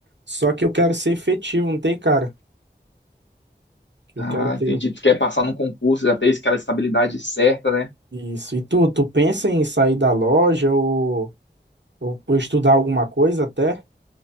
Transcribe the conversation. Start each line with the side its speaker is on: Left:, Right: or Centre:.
Right: Só que eu quero ser efetivo, não tem, cara? Eu
Left: Ah,
Right: quero ter
Left: entendi. Tu quer passar no concurso, já ter aquela estabilidade certa, né?
Right: isso. E tu, tu pensa em sair da loja ou, ou, ou estudar alguma coisa até?